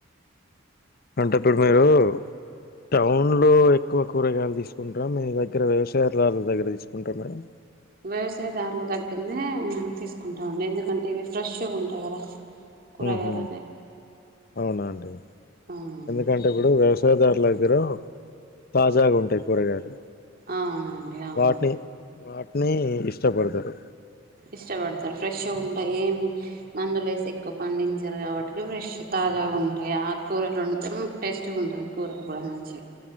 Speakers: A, on the left; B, on the right.
A: అంటే ఇప్పుడు మీరు టౌన్ లో ఎక్కువ కూరగాయలు తీసుకుంటారా మి దగ్గర వ్యవసాయదారుల దగ్గర తీసుకుంటారా మేడం
B: వ్యవసాయదారుల దగ్గరనే తీసుకుంటామండి ఎందుకంటే ఇవి ఫ్రెష్ గ ఉంటాయి కదా కూరగాయలు
A: హు హు
B: అనేవి
A: అవునా అండి
B: అవునండి
A: ఎందుకంటే కూడా వ్యవ సహోదారుల దగ్గర తాజాగా ఉంటాయి కూరగాయలు
B: అవును అండి అవును
A: వాటిని వాటిని ఇష్టపడతారు
B: ఇష్టపడతారు ఫ్రెష్ ఉంటాయి ఏమి మందులు వేసి ఎక్కువ పండించారు కాబట్టి ఫ్రెష్ త తాజా గా ఉంటాయి ఆ కూరలు వండితే మనకు టేస్టీ గా ఉంటుది కూరలు కూడా మంచి